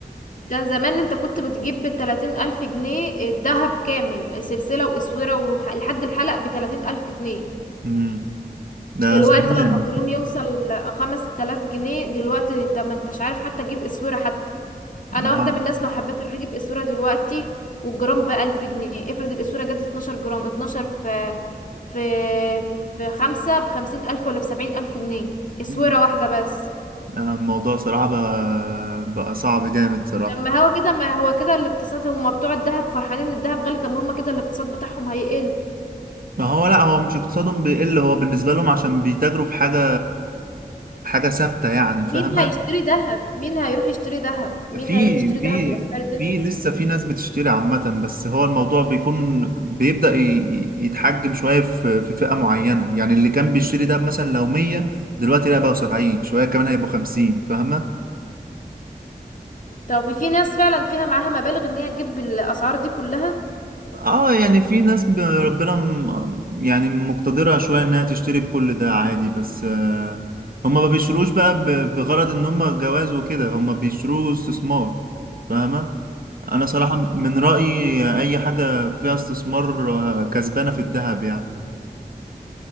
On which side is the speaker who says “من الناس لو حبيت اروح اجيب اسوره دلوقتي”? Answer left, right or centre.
Left